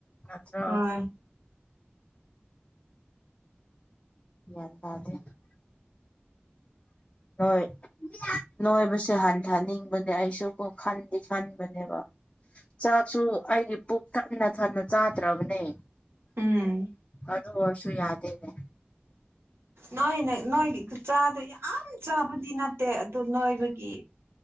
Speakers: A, on the left; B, on the right.
A: <inaudible>
B: ꯍꯣꯏ
A: ꯒꯌꯥꯟ ꯇꯥꯗꯦ ꯅꯣꯢ ꯅꯣꯏꯕꯁꯦ ꯍꯟꯊꯅꯤꯡꯕꯅꯦ ꯑꯩꯁꯨ ꯀꯣ ꯈꯟꯗꯤ ꯈꯟꯕꯅꯦꯕ ꯆꯥꯛꯁꯨ ꯑꯩꯒꯤ ꯄꯨꯛ ꯊꯟꯅ ꯊꯟꯅ ꯆꯥꯗ꯭ꯔꯕꯅꯦ
B: ꯎꯝ
A: ꯑꯗꯨ ꯑꯣꯏꯁꯨ ꯌꯥꯗꯦꯅꯦ
B: ꯅꯣꯏꯅ ꯅꯣꯏꯒꯤ ꯈꯨꯆꯥꯗꯣ ꯌꯥꯝ ꯆꯥꯕꯗꯤ ꯅꯠꯇꯦ ꯑꯗꯨ ꯅꯣꯏꯕꯒꯤ